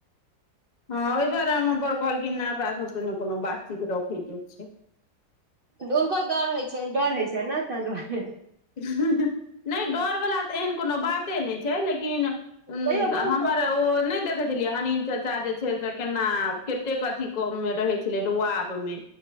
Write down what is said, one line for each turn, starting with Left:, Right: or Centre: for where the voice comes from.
Left: हँ ओहि दुआरे हम बर कहलखिन नै ओकरा सबसँ ने कोनो बातचीत रखैके छै
Right: हुनको दर डर होइ छै डर होइ छै ने ताहि दुआरे
Left: हं नै डर वाला तऽ एहन कोनो बाते नै छै लेकिन हूं
Right: तैयो बुझै
Left: हमर ओ नै देख कहै छलियै अनिल चाचा जे छै से केना कतेक अथी मे रहै छलै रुआब मे